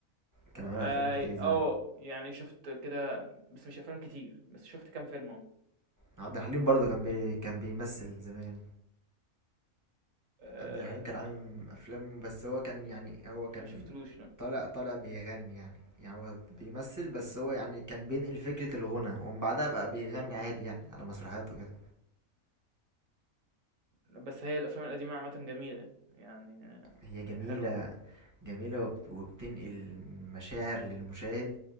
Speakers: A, on the right; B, on the right.
A: كان بيعمل
B: آه،
A: افلام كتير زمان
B: آه، يعني شُفت كده بس مش أفلام كتير، بس شُفت كام فيلم اهو.
A: عبد الحليم برضه كان بي... كان بيمثل زمان
B: آه،
A: عبد الحليم كان عامل
B: آآ،
A: افلام بس هو كان يعني هو كان
B: ما شُفتلوش لأ،
A: طالع طالع بيغني يعني يعني هو بيمثل بس هو يعني كان بينقل فكرة الغنى ومن بعدها بقى
B: إمم،
A: بيغني عادي يعني على مسرحياته كده
B: امم، بس هي الأفلام القديمة عامةً جميلة، يعني آه،
A: هي جميلة
B: هي حلوة عامةً،
A: جميلة وبت- وبتنقل مشاعر للمشاهد